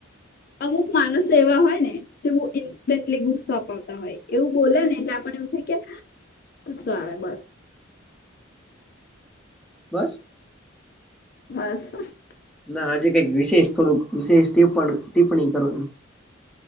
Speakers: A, on the left; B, in the centre.
A: અમુક માણસો એવા હોય ને તેઓ ઇન્સ્ટન્ટલી ગુસ્સો અપાવતા હોય એવુ બોલે ને એટલે આપણ એવુ થાય કે ગુસ્સો આવે બસ.
B: બસ
A: બસ
B: ના આજે કઈક વિશેષ થોડુંક વિશેષ ટિપ્પણી કરો ને.